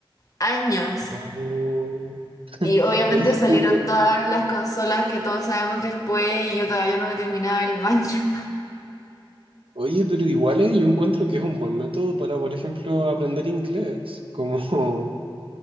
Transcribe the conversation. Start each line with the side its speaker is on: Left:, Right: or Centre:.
Left: Años.
Right: no.
Left: Y obviamente
Right: Oye,
Left: salieron
Right: pero,
Left: todas las consolas que todos sabemos después y yo todavía no me terminaba el baño. <laughs>
Right: oye, pero igual es- yo encuentro que es un buen método para, por ejemplo, aprender inglés. Como